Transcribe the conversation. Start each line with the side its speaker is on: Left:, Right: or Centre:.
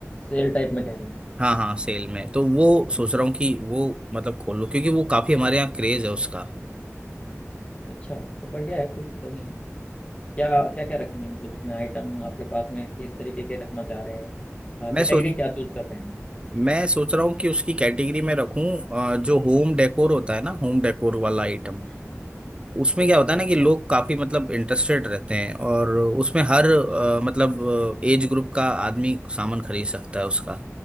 Left: सेल टाइप में कह रहे हैं आप
Right: हाँ हाँ सेल में तो वो सोच रहा हूँ कि वो मतलब खोल लूँ क्योंकि वो काफी हमारे यहाँ क्रेज है उसका
Left: अच्छा तो बढ़िया है कोई दिक्कत नहीं है क्या क्या क्या रखेंगे मतलब उसमें आइटम आपके पास में किस तरीके के रखना चाह रहे हैं
Right: मैं
Left: कैटेगरी
Right: सोच
Left: क्या चूज कर रहे हैं
Right: मैं सोच रहा हूँ कि उसकी कैटेगरी में रखूँ अ, जो होम डेकोर होता है ना होम डेकोर वाला आइटम
Left: हम्म, हम्म,
Right: उसमें क्या होता है
Left: अच्छा
Right: ना कि लोग काफी मतलब इंटरेस्टेड रहते हैं और उसमें हर अ,
Left: हम्म
Right: मतलब एज ग्रुप का आदमी सामान खरीद सकता है उसका